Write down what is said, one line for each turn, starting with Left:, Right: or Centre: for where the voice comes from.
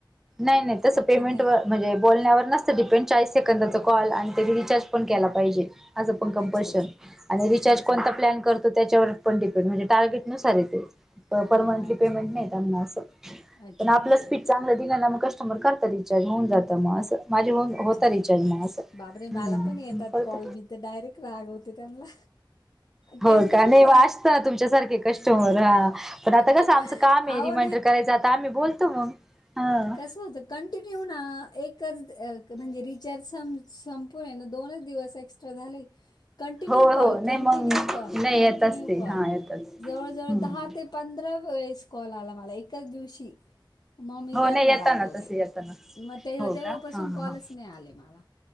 Centre: नाही नाही तसं पेमेंट
Left: की नाही?
Centre: व म्हणजे बोलण्यावर नसत. डिपेंड चाळीस सेकंदाचा कॉल आणि त्यांनी रिचार्ज पण केला पाहिजे. असं पण
Left: अच्छा
Centre: कंपल्शन
Left: अच्छा
Centre: आणि रिचार्ज
Left: अच्छा.
Centre: कोणता प्लॅन करत त्याच्यावर पण डिपेंड आहे म्हणजे टार्गेट नुसार आहे ते. परमनंटली
Left: हा अच्छा
Centre: पेमेंट नाही त्यांना असं
Left: अच्छा
Centre: पण आपलं
Left: अच्छा.
Centre: स्पीक चांगलं दिलाना मग कस्टमर करत रिचार्ज होऊन जातं मग असं. माझे होउ
Left: अच्छा
Centre: होतात
Left: अच्छा
Centre: रिचार्ज मग असं
Left: बापरे मला पण येतात
Centre: कळत
Left: कॉल मी तर डायरेक्ट रागवते त्यांना
Centre: हो
Left: कंटिन्यू
Centre: का नाही असत तुमच्यासारखे कस्टमर हा पण आता
Left: अहो
Centre: कसं आमचं काम आहे रिमाइंडर करायचं आता आम्ही बोलतो मग. हा
Left: कस होत कंटिन्यू ना एकच अ म्हणजे रिचार्ज संपून हेना दोनच दिवस एक्स्ट्रा झाले. कंटिन्यू
Centre: हो
Left: कॉल,
Centre: हो
Left: कंटिन्यू
Centre: नाही मग
Left: कॉल,
Centre: नाही
Left: कंटिन्यू
Centre: येतच ते
Left: कॉल
Centre: हा येतच
Left: जवळ
Centre: हम्म
Left: जवळ दहा ते पंधरा वेळेस कॉल आला मला एकाच दिवशी. मग मी
Centre: हो
Left: त्यांना
Centre: नाही येताना
Left: रागवले
Centre: तसे येताना
Left: मग ते
Centre: हो
Left: तेव्हापासून
Centre: का हा हा
Left: कॉलच
Centre: हा
Left: नाही आले मला.